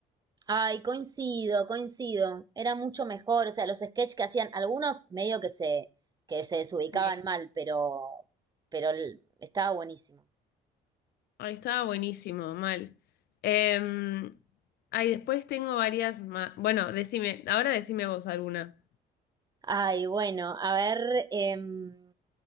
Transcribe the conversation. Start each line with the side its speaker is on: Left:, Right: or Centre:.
Right: Ay, coincido, coincido. Era mucho mejor. O sea, los sketches que hacían algunos medio que se, que se desubicaban
Left: Sí.
Right: mal, pero, pero el- estaba buenísimo.
Left: Ahí estaba buenísimo, mal. Em, ay, después tengo varias más. Bueno, decime, ahora decime vos alguna.
Right: Ay, bueno, a ver, em,